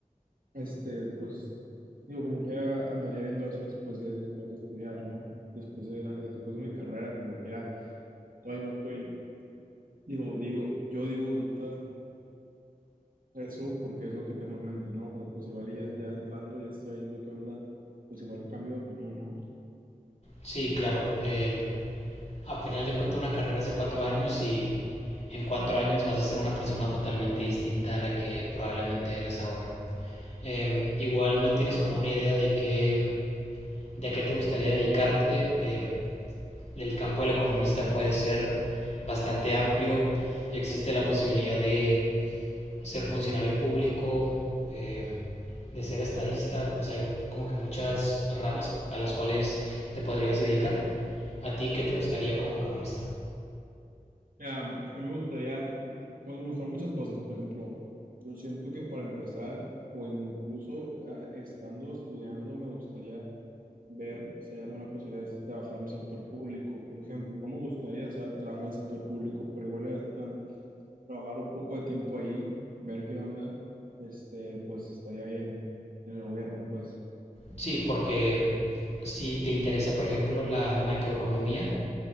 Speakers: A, on the right; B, on the left.
A: este, pues, digo, como quiera, andaría viendo eso después de, después de estudiar, ¿no? Después de, la- después de mi carrera, como quiera, todavía no estoy, digo, digo, yo digo ahorita eso porque es lo que tengo en mente, ¿no? Pero pues igual y ya, ya entrando, ya estoy viendo qué onda, pues igual cambio de opinión, ¿no?
B: Sí, claro. Eh, a final de cuentas una carrera es de cuatro años y en cuatro años vas a ser una persona totalmente distinta a la que probablemente eres ahora. Eh, igual no tienes como una idea de qué, de a qué te gustaría dedicarte. Eh, el campo del economista puede ser bastante amplio. Existe la posibilidad de ser funcionario público, eh, de ser estadista, pues hay como que muchas ramas a las cuales te podrías dedicar. ¿A ti qué te gustaría como economista?
A: Mira, a mí me gustaría, pues me gustan muchas cosas, por ejemplo, yo siento que para empezar, o incluso eh, estando estudiando, me gustaría ver si hay alguna posibilidad de trabajar en el sector público, por ejemplo. No me gustaría, o sea, trabajar en el sector público, pero igual iba a trabajar un poco de tiempo ahí, ver qué onda, este, pues estaría bien en el gobierno, pues.
B: Sí, porque si te interesa, por ejemplo, la macroeconomía,